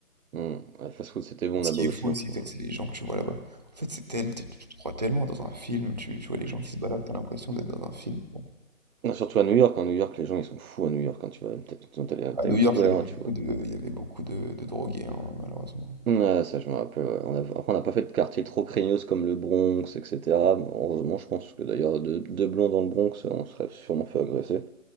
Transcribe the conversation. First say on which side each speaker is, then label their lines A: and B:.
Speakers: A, on the right; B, on the right.
A: ouais, Ouais, fast food c'était bon
B: Ce
A: là-bas
B: qui
A: aussi,
B: est fou aussi,
A: hein, putain.
B: t c'est les gens que tu vois là-bas. En fait, c'est tel tu tu te crois tellement dans un film, tu tu vois les gens qui se baladent, t'as l'impression d'être dans un film. Bon,
A: Non, surtout à New York, hein, New York, les gens ils sont fous à New York quand tu vas peut-être quand à
B: À
A: Times
B: New York,
A: Square,
B: il y avait
A: hein,
B: beaucoup
A: tu vois.
B: de il y avait beaucoup de de drogués, hein, malheureusement.
A: Ouais, ça je me rappelle. ouais. On a- Après on n'a pas fait de quartier trop craignos comme le Bronx, etc. Mais Heureusement je pense que d'ailleurs deux, deux blonds dans le Bronx, on serait sûrement fait agresser.